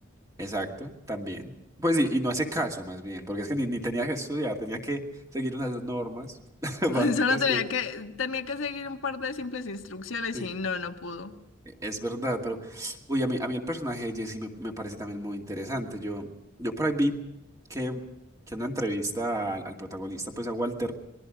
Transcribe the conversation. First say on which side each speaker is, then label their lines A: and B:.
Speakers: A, on the right; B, on the left.
A: Exacto, también. Pues sí, y no hace caso más bien, porque es que ni, ni tenía que estudiar, tenía que seguir unas normas <laughs>
B: <laughs>
A: básicas
B: Solo tenía
A: que...
B: que, tenía que seguir un par de simples instrucciones
A: Sí.
B: y no, no pudo.
A: e- Es verdad, pero... Uy, a mí, a mí el personaje de Jesse me, me parece también muy interesante. Yo, yo por ahí vi que, que en una entrevista al, al protagonista, pues a Walter,